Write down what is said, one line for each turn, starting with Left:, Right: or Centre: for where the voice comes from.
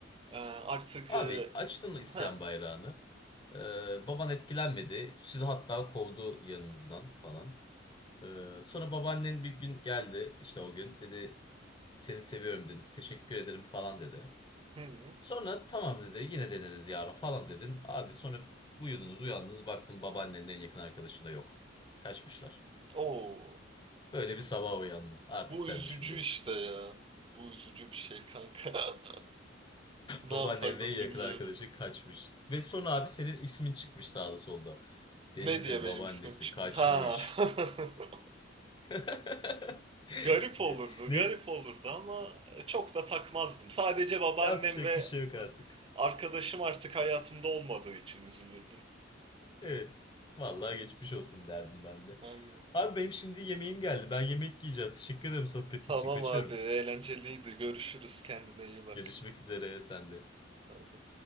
Right: Ee, artık
Left: Abi
Right: e,
Left: açtın mı isyan
Right: ha
Left: bayrağını. Ee, baban etkilenmedi. Sizi hatta kovdu yanınızdan falan. Ee, sonra babaannen bir gün geldi işte o gün dedi seni seviyorum Deniz teşekkür ederim falan dedi.
Right: hı,
Left: Sonra tamam dedi yine deneriz yarın falan dedin. Abi sonra uyudunuz uyandınız baktın babaannenin en yakın arkadaşında yok. Kaçmışlar.
Right: oo,
Left: Böyle bir sabah uyandın artık
Right: bu
Left: sen
Right: üzücü
Left: düşün gerisini.
Right: işte ya. Bu üzücü bir şey kanka. <laughs>
Left: Babaannem
Right: Ne yapardım
Left: ve yakın
Right: bilmiyorum.
Left: arkadaşı kaçmış. Ve sonra abi senin ismin çıkmış sağda solda. Deniz'in
Right: Ne diye benim
Left: babaannesi
Right: ismim çıkmış?
Left: kaçmış.
Right: Ha. <laughs>
Left: <laughs>
Right: Garip
Left: diye.
Right: olurdu,
Left: Ne
Right: garip olurdu ama çok da takmazdım. Sadece babaannem
Left: yapacak
Right: ve
Left: bir şey yok artık.
Right: arkadaşım artık hayatımda olmadığı için üzülürdüm.
Left: Evet. Vallahi geçmiş olsun derdim ben de.
Right: Aynen.
Left: Abi benim şimdi yemeğim geldi. Ben yemek yiyeceğim. Teşekkür ederim sohbetin
Right: Tamam
Left: için. Kaçıyorum.
Right: abi, eğlenceliydi. Görüşürüz. Kendine iyi bak.
Left: Görüşmek üzere sen de.
Right: Bay bay.